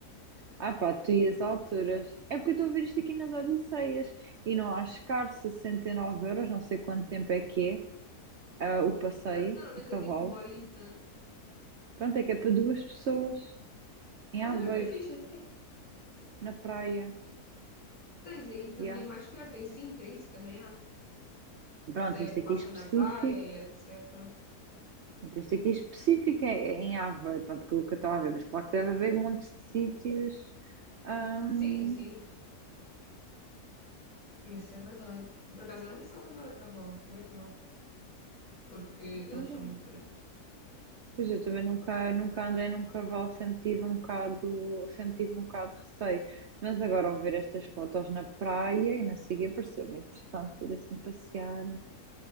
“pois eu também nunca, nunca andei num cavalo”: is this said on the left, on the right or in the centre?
Right